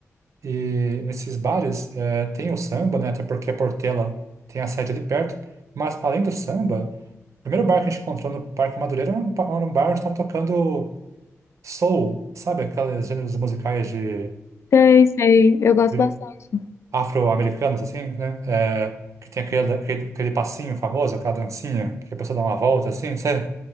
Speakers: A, on the right (about 75°); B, on the left (about 60°).
A: E nesses bares eh, tem o samba, né? Até porque a Portela tem a sede ali perto. Mas além do samba, o primeiro bar que a gente encontrou no Parque Madureira era um, ba- era um bar onde estava tocando soul, sabe? Aqueles gêneros musicais de,
B: Sei, sei, eu gosto
A: de
B: bastante.
A: afro-americanos, assim, né? eh, que tem aquele, aquele, aquele passinho famoso, aquela dancinha, que a pessoa dá uma volta, assim, <laughs> sabe?